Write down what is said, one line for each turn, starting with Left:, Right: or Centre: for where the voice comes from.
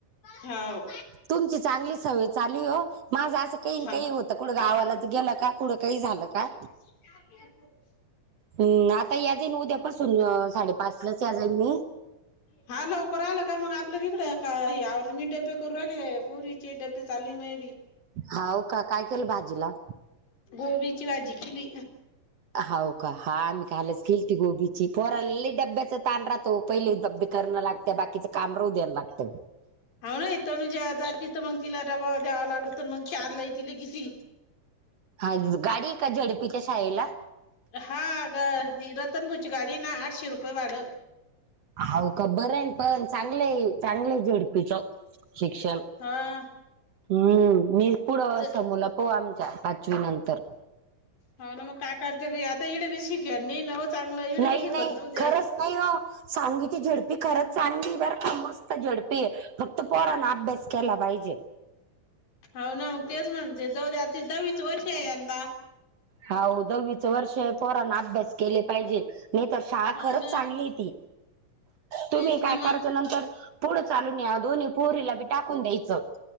Left: होा
Right: तुमची चांगली सवय चालू हो माझं असं काही
Left: हा
Right: काही होत. आता कुठं गावालाच गेलं का कुठं काही झालं का?
Left: <inaudible>
Right: हम्म आता या जाईन उद्यापासून साडेपाच लाच या जाईन मी
Left: हा लवकर आला का मग आपलं इकडे का आरमीट <unintelligible> करू राहिले पुरीचे <unintelligible> चालले मी
Right: हाव का काय केलं भाजीला
Left: गोबीची भाजी केिली
Right: हो का हा आ्ही कालच गोबीची फोरली डब्याच ताण रातो पहिले डबे करणं लागते बाकीचं कामरवू द्याण लागतं
Left: हा ना इथनु ज जात तिथ मग तिला डबावा द्यावा लागत मग चारला तिला किती
Right: हा गाडी का झडपीच्या शाळेला
Left: हा ग रतनभुची गाडी ना आठशे रुपये वाढ
Right: अव का बर आहे पण चांगले चांगले झडपीचं शिक्षण
Left: हा
Right: हम्म मी पुढं
Left: ज
Right: अस मुला पो आमच्या पाचवी नंतर
Left: हो ना मग काय करते आता इडे बी शिके नाही नव चांगलं इडे
Right: नाही
Left: बी शिकत
Right: नाही
Left: नव्ह
Right: खरंच
Left: ते
Right: नाही सांगीची झडपी खरच चांली बर का मस्त झडपी फक्त पोरा ना अभ्यास केला पाहिजे
Left: होा ना मग तेच म्हणते दवऱ्या दवीच वर्ष आहे यंदा
Right: ह दहावीचं वर्ष पोरान अभ्यास केले पाहिजेत नाही तर शाळा
Left: हो
Right: खरंच
Left: ना
Right: चांगली ती तुम्ही
Left: तेच ना
Right: काय
Left: मग
Right: करायच नंतर पुढं चालून या दोन्ही पोरीला बी टाकून द्यायचं